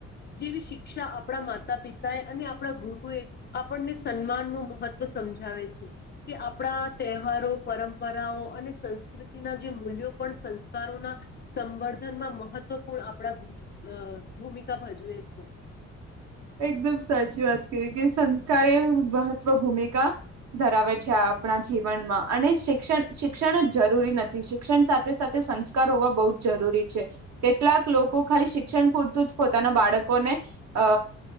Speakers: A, on the left; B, on the right.
A: જેવી શિક્ષા આપણા માતા પિતાએ અને આપણા ગુરુએ આપણને સન્માન નું મહત્વ સમજાવે છે, કે આપણા તહેવારો પરંપરાઓ અને સંસ્કૃતિના જે મૂલ્યો પણ સંસ્કારોના સંવર્ધનમાં મહત્વપૂર્ણ આપણા ભૂમિકા ભજવે છે
B: એકદમ સાચી વાત કરી કે સંસ્કાર એ મહત્વ ભૂમિકા ધરાવે છે આપણા જીવનમાં અને શિક્ષણ શિક્ષણ જ જરૂરી નથી શિક્ષણ સાથે સાથે સંસ્કાર હોવા બહુ જ જરૂરી છે કેટલાક લોકો ખાલી શિક્ષણ પૂરતું જ પોતાના બાળકોને અ